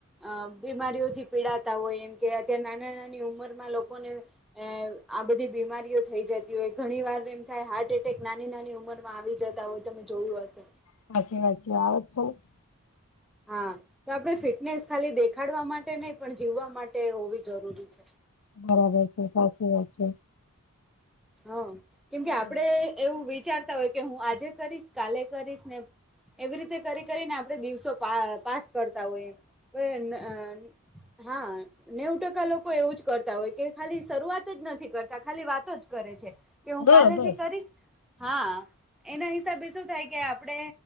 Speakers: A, in the centre; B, on the left.
A: અ બીમારીઓથી પીળાતા હોય એમ કે અત્યારે નાના નાની ઉંમરમાં લોકોને અ આ બધી બીમારીઓ થઈ જત્ ી ઓય ઘણી વાર એમ થાય હાર્ટ એટેક નાની નાની ઉંમરમાં આવી જતા હોય, તમે જોયું અશે?
B: સાચી વાત છે આ. <unintelligible>
A: હા તો આપળે ફિટનેસ ખાલી દેખાળવા માટે નય પણ જીવા માટે હોવી જરૂરી છે.
B: બરાબર છે સાચી વાત છે.
A: હ, કેમકે
B: બરાબર
A: આપળે એવું વિચારતા ઓય કે હું આજે કરીશ, કાલે કરીશ ને એવી રીતે કરી કરીને આપળે દિવસો પા પાસ કરતા ઓય એમ <unintelligible> ન અ હા. નેવુ ટકા લોકો એવું જ કરતા ઓય કે ખાલી શરૂઆત જ નથી કરતા ખાલી વાતો જ કરે છે કે હું
B: હા
A: કાલેથી
B: બસ
A: કરીશ. હા, એના હિસાબે શું થાય કે આપડે